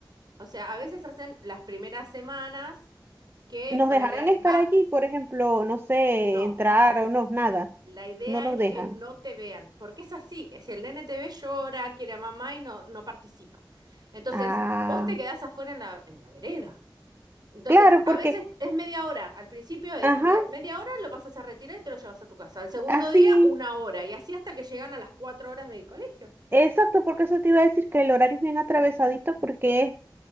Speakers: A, on the right; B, on the right.
A: o sea, a veces hacen las primeras semanas que
B: ¿Nos
A: ponele,
B: dejarán estar
A: va,
B: allí, por ejemplo, no sé,
A: no.
B: entrar o no, nada?
A: La idea
B: No nos
A: es
B: dejan.
A: que no te vean, porque es así. Si el nene te ve, llora, quiere a mamá y no, no participa. Entonces,
B: Ah,
A: vos te quedás afuera en la, en la vereda. Entonces,
B: claro,
A: a
B: porque,
A: veces es media hora. Al principio es
B: ajá,
A: te- media hora, lo pasas a retirar y te lo llevas a tu casa. Al segundo
B: así,
A: día, una hora. Y así hasta que llegan a las cuatro horas de colegio.
B: exacto, porque eso te iba a decir que el horario es bien atravesadito porque es